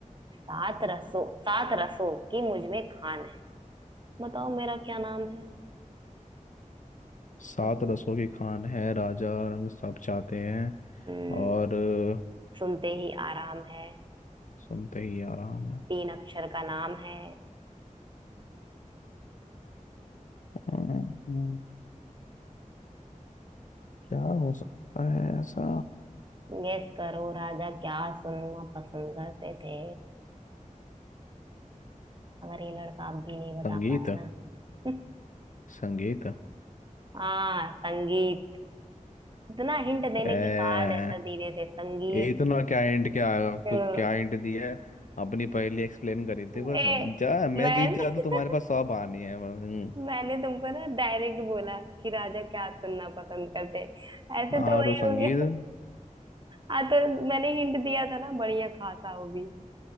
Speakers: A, on the right; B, on the left.
A: सात रसों सात रसों की मुझ में खान है बताओ मेरा क्या नाम है
B: सात
A: अब
B: रसों की खान है राजा रंग सब चाहते हैं
A: हम्म,
B: और अ,
A: सुनते ही आराम है
B: सुनते ही आ रहा मैं
A: तीन अक्षर का नाम है
B: अम्म, क्या हो सकता है ऐसा
A: गेस करो राजा क्या सुनना पसंद करते थे अगर ये लड़का अब भी नहीं बता
B: संगीत
A: पाया ना <laughs>
B: संगीत
A: हाँ संगीत इतना हिंट देने
B: ए,
A: के बाद ऐसा धीरे से संगीत
B: ये इतना क्या हिंट क्या आएगा?
A: हम्म।
B: कुछ क्या हिंट दिया है अपनी पहेली एक्सप्लेन करी
A: <laughs>
B: थी बस
A: ए
B: जा मैं
A: मैंने
B: जीत जाता
A: <laughs>
B: तो तुम्हारे पास सौ आने हैं हम्म,
A: मैंने तुमको ना डायरेक्ट बोला कि राजा क्या सुनना पसंद करते ऐसे
B: हाँ
A: तो वही
B: तो संगीत
A: हो गया हाँ तो मैंने हिंट दिया था ना बढ़िया खासा वो भी